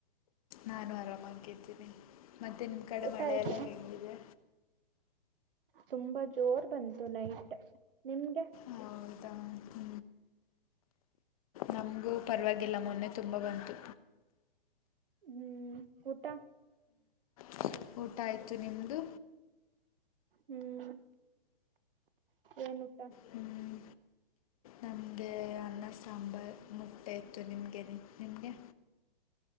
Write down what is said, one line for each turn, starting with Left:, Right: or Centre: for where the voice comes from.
Left: ನಾನು ಆರಾಮಾಗಿದ್ದೀನಿ ಮತ್ತು ನಿಮ್ಮ ಕಡೆ
Right: ಊಟ
Left: ಮಳೆಯೆಲ್ಲ
Right: ಆಯ್ತಾ
Left: ಹೇಗಿದೆ
Right: ತುಂಬಾ ಜೋರ್ ಬಂತು ನೈಟ್ ನಿಮ್ಗೆ
Left: ಹೌದ ಹ ನಮಗೂ ಪರವಾಗಿಲ್ಲ ಮೊನ್ನೆ ತುಂಬ ಬಂತು
Right: ಹ್ಮ್ ಊಟ
Left: ಹ್ಮ್ ಊಟ ಆಯ್ತು ನಿಮ್ದು
Right: ಹ್ಮ್ ಏನು ಊಟ
Left: ಹ್ಮ್ ನಮಗೆ ಅನ್ನ ಸಾಂಬಾರು ಮುಟ್ಟೆ ಇತ್ತು ನಮಗೆ ನಿಮಗೆ